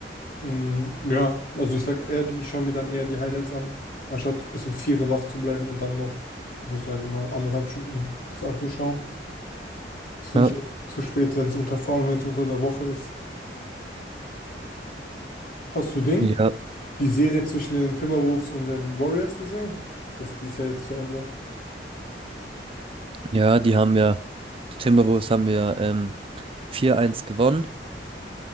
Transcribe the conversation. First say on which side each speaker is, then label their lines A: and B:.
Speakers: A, on the left; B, on the right.
A: Hm, ja, also ich sag ehrlich, ich schaue mir dann eher die Highlights an, anstatt bis um 4 Uhr wach zu bleiben und dann noch, also sage ich mal, anderthalb Stunden das anzuschauen. Das finde
B: Ja,
A: ich auch zu spät, wenn es unter, vor allem wenn es unter der Woche ist. Hast du Ding?
B: ja,
A: Die Serie zwischen den Timberwolves und den Warriors gesehen? Das die ist ja jetzt zu Ende.
B: ja, die haben ja, die Timberwolves haben ja ähm, 4-1 gewonnen,